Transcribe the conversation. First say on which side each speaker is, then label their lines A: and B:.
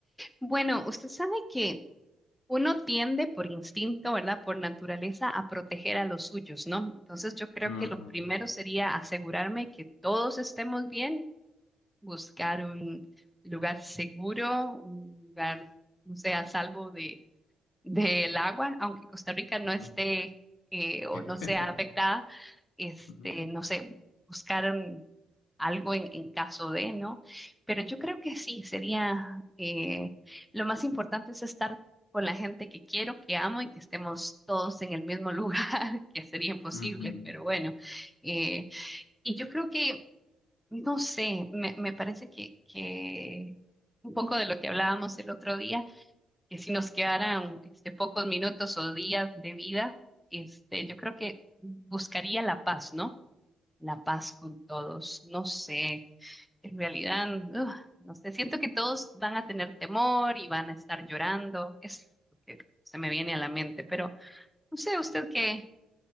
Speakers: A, in the centre; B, on the left.
A: Bueno, usted sabe que Uno tiende por instinto, ¿verdad? Por naturaleza a proteger a los suyos, ¿no? Entonces yo creo
B: Ujú,
A: que lo primero sería asegurarme que todos estemos bien, buscar un lugar seguro, un lugar, no sé, a salvo de, del agua, aunque Costa Rica no
B: ujú,
A: esté eh, o
B: <laughs>
A: no sea afectada, este,
B: ujú,
A: no sé, buscar un- algo en, en caso de, ¿no? Pero yo creo que sí, sería eh, lo más importante es estar con la gente que quiero, que amo y que estemos todos en el mismo lugar, <laughs> que sería imposible,
B: ujú,
A: pero bueno. eh, y yo creo que, no sé, me, me parece que, que un poco de lo que hablábamos el otro día, que si nos quedaran este, pocos minutos o días de vida, este, yo creo que buscaría la paz, ¿no? La paz con todos. No sé, en realidad, ugh, no sé, siento que todos van a tener temor y van a estar llorando, es lo que se me viene a la mente, pero no sé usted qué,